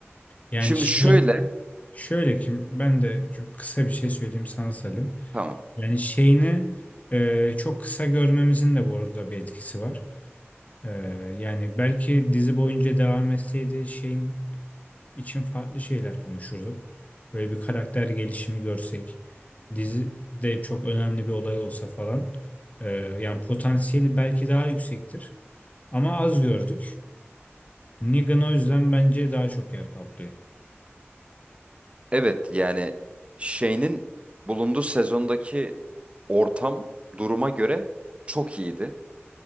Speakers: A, on the left; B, on the right.
A: Yani
B: Şimdi
A: şey,
B: şöyle,
A: şöyle ki ben de çok kısa bir şey söyleyeyim sana Salim.
B: tamam.
A: Yani şeyini e, çok kısa görmemizin de bu arada bir etkisi var. E, yani belki dizi boyunca devam etseydi şeyin için farklı şeyler konuşurduk. Böyle bir karakter gelişimi görsek, dizide çok önemli bir olay olsa falan. E, yani potansiyeli belki daha yüksektir ama az gördük. Negan o yüzden bence daha çok yer kaplıyor.
B: Evet yani şeyinin bulunduğu sezondaki ortam duruma göre çok iyiydi.